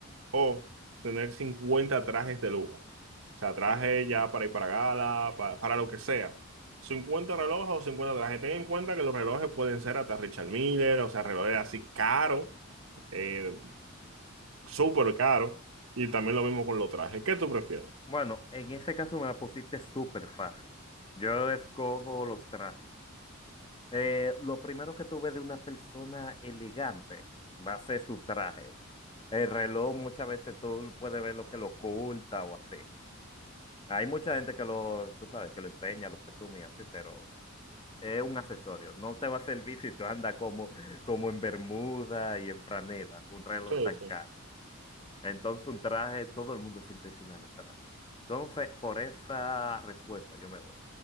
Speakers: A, on the right; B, on the left.
A: o tener 50 trajes de lujo? O sea, trajes ya para ir para gala, pa- para, lo que sea. cincuenta relojes o cincuenta trajes. Ten en cuenta que los relojes pueden ser hasta Richard Miller, o sea, relojes así caros, eh, súper caros, y también lo mismo con los trajes. ¿Qué tú prefieres?
B: Bueno, en ese caso me la pusiste súper fácil. Yo escojo los trajes. Eh, lo primero que tuve de una persona elegante va a ser su traje. El reloj muchas veces tú puedes ver lo que lo oculta o así. Hay mucha gente que lo, tú sabes, que lo enseña, lo presume y así, pero es un accesorio. No te va a servir si tú andas como, como en bermuda y en franela, un reloj
A: Sí,
B: tan caro.
A: sí.
B: Entonces un traje, todo el mundo se impresiona de los trajes. Entonces, por esa respuesta yo me voy.